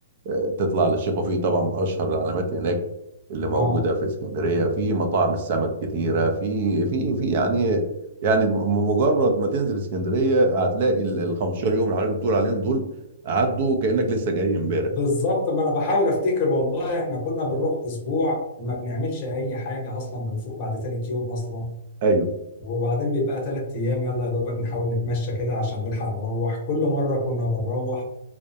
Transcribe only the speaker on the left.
اه
بالظبط ما انا بحاول افتكر والله احنا كنا بنروح اسبوع ما بنعملش اي حاجه اصلا بنفوق بعد تالت يوم اصلا
وبعدين بيبقى تلات ايام يلا يا دوبك نحاول نتمشى كده عشان نلحق نروح كل مره كنا بنروح